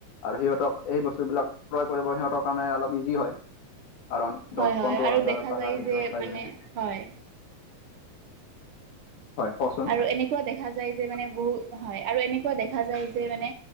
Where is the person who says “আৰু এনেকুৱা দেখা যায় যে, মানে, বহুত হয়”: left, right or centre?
Right